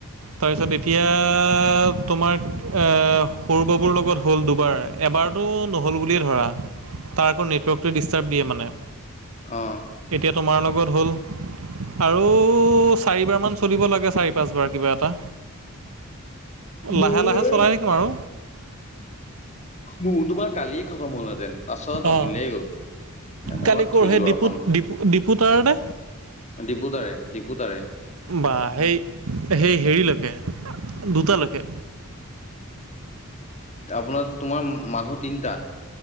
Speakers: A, on the right; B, on the left.
A: তাৰপিছত এতিয়া তোমাৰ অহ, সৰু বাবুৰ লগত হ'ল দুবাৰ। এবাৰতটো নহ'ল বুলিয়ে ধৰা, তাৰ আকৌ নেটৱৰ্কটো ডিষ্টাৰ্ব দিয়ে মানে।
B: অহ।
A: এতিয়া তোমাৰ লগত হ'ল। আৰু চাৰিবাৰ মান চলিব লাগে, চাৰি পাঁচবাৰ কিবা এটা। এটা,
B: মোৰ
A: লাহে-লাহে চলাই থাকিম আৰু।
B: মোৰ তোমাৰ কালিয়ে খতম হ'লহেতেন পাছত আমুলাই
A: অঁ
B: গ'ল। তোমাৰ
A: কালি কৰ
B: থৈ দিলো
A: সেই
B: আৰু
A: দিপুত-দিপুতাৰ নে?
B: দিপুতাৰে-দিপুতাৰে।
A: বাহ সেই-সেই হেৰিলৈকে দুটালৈকে।
B: আপোনাৰ তোমাৰ মানুহ তিনটা।